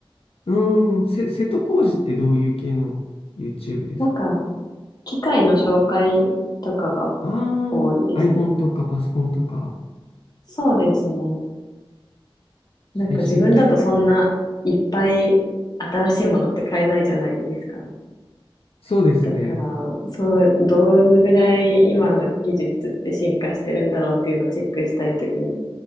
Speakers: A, on the left; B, on the left.
A: うーん、せ、瀬戸康史ってどういう系の YouTube ですか
B: なんか、機械の紹介とかが
A: ああー、
B: 多いですね。
A: iPhone とかパソコンとか、
B: そうですね。
A: 最新機器。
B: なんか自分だとそんないっぱい新しいものって買えないじゃないですか。
A: そうですね。
B: だから、そう、どのぐらい今の技術って進化してるんだろうっていうのをチェックしたいときに